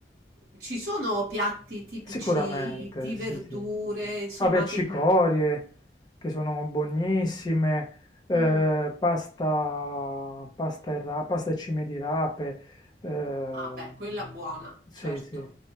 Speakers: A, on the right; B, on the left.
A: ci sono piatti tipici
B: Sicuramente,
A: di verdure,
B: sì, Sì. sì.
A: insomma,
B: Fave e cicorie
A: che...
B: che sono buonissime, eh,
A: Mm.
B: pasta, pasta e, ra- pasta e cime di rape, eh,
A: Ah, beh, quella buona,
B: sì,
A: certo.
B: sì.